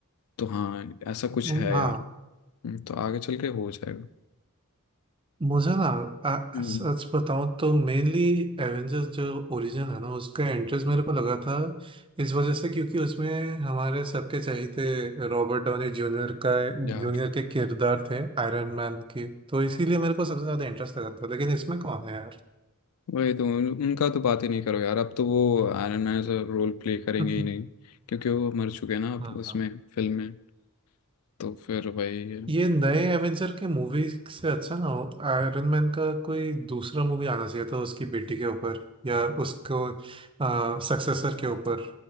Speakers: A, on the left; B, on the right.
A: तो हाँ ऐसा कुछ
B: हम्म,
A: है
B: हाँ
A: यार हम्म, तो आगे चल के हो जाएगा
B: मुझे ना आ,
A: हम्म,
B: सच बताऊं तो मेनली एवेंजर्स जो ओरिजिन है ना उसका इंटरेस्ट मेरे को लगा था इस वजह से क्योंकि उसमें हमारे सबके चहेते रॉबर्ट डाउनी जूनियर का
A: यार
B: जूनियर के किरदार थे आयरन मैन के तो इसीलिए मेरे को सबसे ज्यादा इंटरेस्ट लगा था लेकिन इसमें कौन है यार
A: वही तो उन- उनका तो बात ही नहीं करो यार अब तो वो आयरन मैन से रोल प्ले करेंगे
B: <laughs>
A: ही नहीं क्योंकि वो मर चुके हैं ना अब
B: हाँ
A: उसमें फिल्म में तो फिर वही है
B: ये नए एवेंजर के मूवी से अच्छा ना हो आयरन मैन का कोई दूसरा मूवी आना चाहिए था उसकी बेटी के ऊपर या उसको सक्सेसर के ऊपर